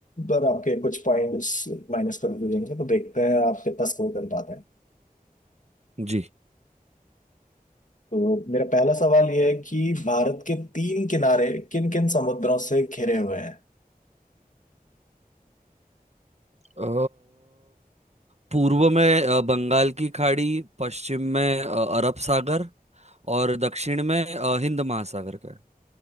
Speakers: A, on the left (about 55°); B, on the right (about 45°).
A: पर आपके कुछ पॉइंट्स माइनस कर दिए जाएंगे तो देखते हैं आप कितना स्कोर कर पाते हैं
B: जी
A: तो मेरा पहला सवाल ये है कि भारत के तीन किनारे किन किन समुद्रों से घिरे हुए हैं
B: अ, पूर्व में अ, बंगाल की खाड़ी पश्चिम में अ, अरब सागर और दक्षिण में अ, हिंद महासागर का है।